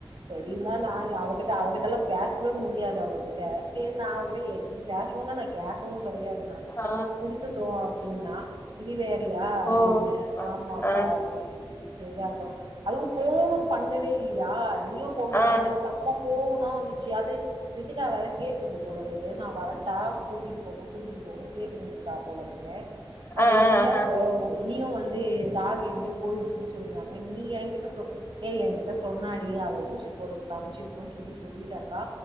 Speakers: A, on the right; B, on the left.
A: செரிந்தா நா அவகிட்ட அவகிட்டெலா பேசவே முடியாது அவகி ட்ட செரி நா அவ கிட்ட என்ன பேசுவோல நா கேக்கவு கெடையாது நா
B: ஆ ஆ
A: குடுத்துட்டோ அப்டீன்னா இது வேறயா அப்டீன்ன
B: ஓ அ
A: ஆமாக்கா
B: ஆ
A: அப்டீனிச்சு செரி அதுக்கப்றோ அதுவு ஃபோனோ பண்ணவே இல்லீயா நீயு ஃபோன் பண்ணல
B: ஆ
A: எனக்கு சம்ம கோவனா வந்துச்சு அது ரித்திகா வேர கேட்ருக்கு போலறக்குது நா வர பா கூட்டிட்டு போங்க கூட்டிட்டு போங்கனு கேட்னுந்ருக்கா போல இருக்கு அவ
B: ஆ ஆ
A: இல்ல போ நீயு வந்து டாக் எங்கேயோ போயிருக்குன்னு சொன்னியாமே நீ ஏ கிட்ட சொ ஏ எ கிட்ட சொன்னாடி அவ ஊசி போறதுக்கு அம்ச்சிருக்கோன்னு சொல்லி சொல்லிட்டேக்கா